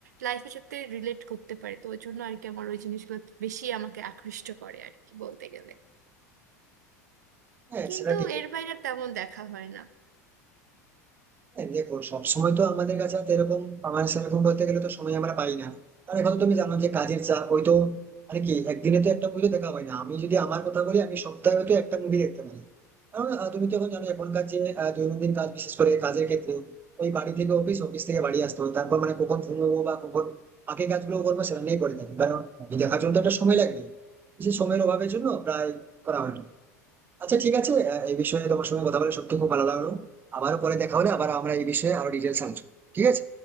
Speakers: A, on the right; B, on the right.
A: লাইফের সাথে রিলেট করতে পারি তো ওই জন্য আর কি আমার ওই জিনিসগুলো বেশি আমাকে আকৃষ্ট করে আর কি বলতে গেলে
B: হ্যাঁ
A: কিন্তু
B: সেটা ঠিকই
A: এর বাইরে আর তেমন দেখা হয় না
B: হ্যাঁ, দেখো সবসময় তো আমাদের কাছে হাতে এরকম আমার সেরকম বলতে গেলে তো সময় আমরা পাই না কারণ এখন তো তুমি জানো যে কাজের চাপ ওই তো মানে কি একদিনে তো একটা মুভি তো দেখা হয় না আমি যদি আমার কথা বলি আমি সপ্তাহে তো একটা মুভি দেখতে পারি কারণ আহ, তুমি তো এখন জানো এখনকার যে আহ, দৈনন্দিন কাজ বিশেষ করে কাজের ক্ষেত্রে ওই বাড়ি থেকে অফিস অফিস থেকে বাড়ি আসতে হবে তারপর মানে কখন ঘুমবো বা কখন বাকি কাজগুলো করবো সেটা নিয়ে করে থাকি কারণ আমি দেখার জন্য তো একটা সময় লাগবে সেই সময়ের অভাবের জন্য প্রায় করা হয় না। আচ্ছা ঠিক আছে আহ, এই বিষয়ে তোমার সঙ্গে কথা বলে সত্যি খুব ভালো লাগলো আবারও পরে দেখা হলে আবার আমরা এই বিষয়ে আরো ডিটেলস আলোচনা ঠিক আছে